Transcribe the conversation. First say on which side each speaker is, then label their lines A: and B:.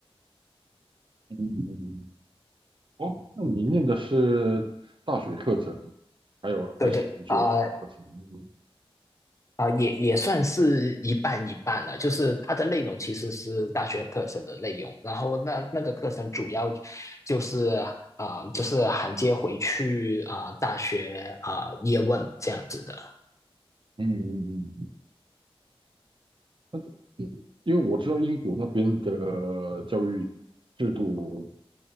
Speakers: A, on the right (about 55°); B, on the left (about 30°).
A: 嗯，哦，那你念的是大学课程，还有还是研究所课程？
B: 对对啊、
A: 嗯
B: 啊、呃也也算是一半一半了，就是它的内容其实是大学课程的内容，然后那那个课程主要就是啊、呃就是衔接回去啊、呃大学啊、呃叶问这样子的。
A: 嗯嗯，嗯那这因因为我知道英国那边的教育制度